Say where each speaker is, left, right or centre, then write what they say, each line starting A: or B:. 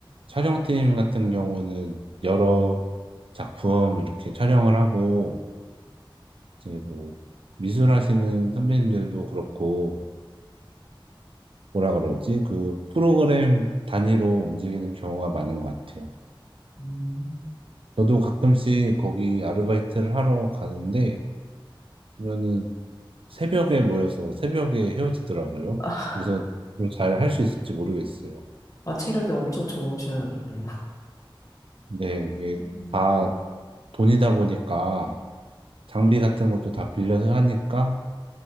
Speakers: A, on the right (about 85°); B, on the left (about 40°).
A: 촬영팀 같은 경우는 여러 작품 이렇게 촬영을 하고 이제 뭐 미술하시는 선배님들도 그렇고 뭐라 그러지? 그 프로그램 단위로 움직이는 경우가 많은 것 같아요.
B: 음.
A: 저도 가끔씩 거기 아르바이트를 하러 가는데 보면은 새벽에 모여서 새벽에 헤어지더라고요.
B: 아,
A: 그래서 잘 할 수 있을지 모르겠어요.
B: 아, 체력이 엄청 좋으셔야겠네요.
A: 네, 이게
B: 음.
A: 다 돈이다 보니까 장비 같은 것도 다 빌려서 하니까